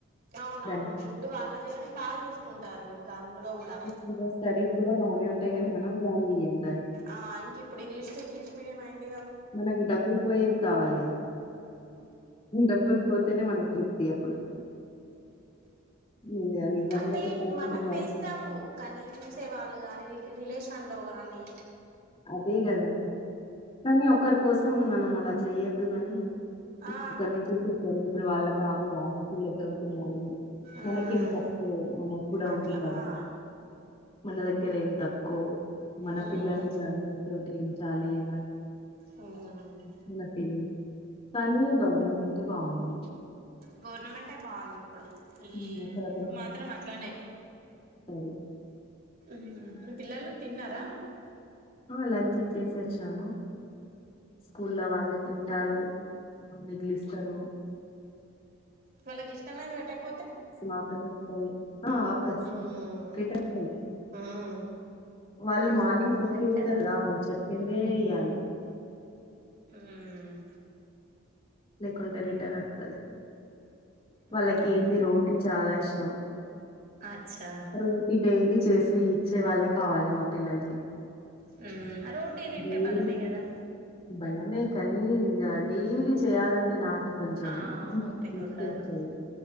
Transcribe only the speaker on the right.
అవును
అవును ఫుడ్ వాళ్ళదే గాని బాగా చూసుకు ఉంటారు ఇంకా అందులో కూడా
ఆ ఆయన్కి ఇప్పుడు ఇంగ్లీష్ ట్ట్ ఇంగ్లీష్ మీడియం ఆయన్
అంటే
మనం
వేస్తాము కానీ చూసే వాళ్ళు కానీ రిలేషన్ తన్ లో కానీ
ఆ
మ్మ్
అట్లా
ఆ
మ్మ్
మ్మ్
గోర్నమెంటే బావుంది ఇప్పుడు ఈ
ఇప్పుడు మాత్రం అట్లానే
మ్ మీ పిల్లలు తిన్నారా
వాళ్ళకి ఇష్టమైన్ది పెట్టక్
మ్మ్
మ్మ్
అవును
రిటర్న్
ఉమ్
మ్మ్
అచ్చా
హ్మ్ రోటీ తింటే
బలమే కదా
ఆ ఓపిక
ఉండదు